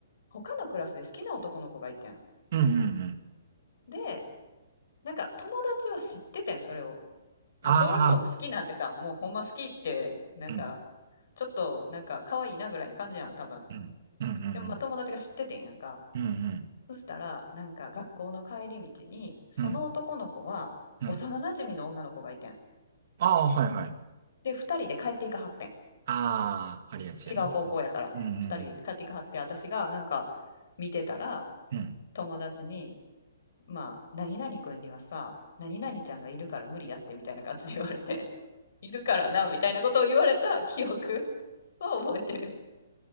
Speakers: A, on the left; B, on the right.
A: 他のクラスで好きな男の子がいてん。
B: うんうんうん。
A: で、なんか友達は知っててん、それを。まあ、
B: あ
A: 小学校の好きなんてさ、もうほんま好きって、なんか、
B: あ。うん。
A: ちょっと、なんか、可愛いなぐらいの感じやん、多分。
B: うん。うんうん
A: でも、まあ、友達が知っててんやんか。
B: うん。うん
A: そしたら、なんか、学校の帰り道に、その男の子は、
B: うん。うん。
A: 幼馴染の女の子がいてん。
B: ああ、はいはい。
A: で、二人で帰っていかはってん。
B: ああ、ありがちやね。
A: 違う方向やから。
B: うんうんうんう
A: 二人帰っていかはって、私が、なんか、見てたら、
B: ん。
A: 友達に、まあ、何々くんにはさ、何々ちゃんがいるから無理やってみたいな感じで言われて、いるからな、みたいなことを言われた記憶 <laughs> は覚えてる。